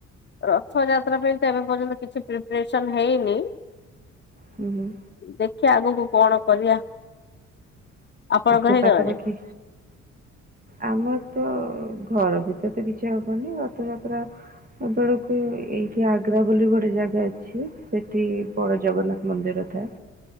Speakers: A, on the left; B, on the right.
A: ରଥ ଯାତ୍ରା ପାଇଁ ତ ଏବେ ପର୍ଯ୍ୟନ୍ତ କିଛି ପ୍ରିପେରେସନ ହେଇନି।
B: ହୁଁ ହୁଁ।
A: ଦେଖିବା ଆଗକୁ କଣ କରିବା। ଆପଣଙ୍କ
B: ସେ
A: ହେଇଗଲାଣି?
B: ପାଖାପାଖି ଆମର ତ ଘର ଭିତରେ ତ କିଛି ହବନି ରଥଯାତ୍ରା ଆ ବଳକୁ ଏଇଠି ଆଗ୍ରା ବୋଲି ଗୋଟେ ଜାଗା ଅଛି ସେଠି-ଇ-ଇ ବଡ ଜଗନ୍ନାଥ ମନ୍ଦିର ଥାଏ।